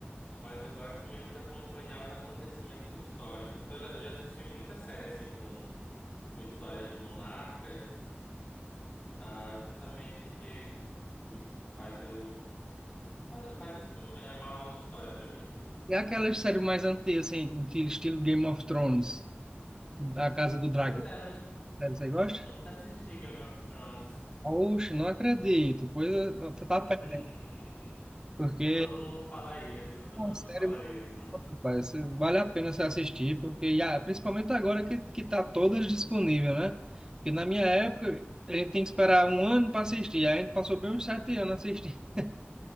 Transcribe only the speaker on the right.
E aquelas séries mais antigas, assim, que estilo Game of Thrones, A Casa do Dragão,
série você gosta?
Oxe, não acredito. Pois é, você tá
perdendo, porque
é uma
série
Rapaz, vale a pena você assistir, porque ah, principalmente agora que, que tá todas disponível, né? Porque na minha época, a gente tem que esperar um ano para assistir, aí a gente passou bem uns sete anos assistindo. <laughs>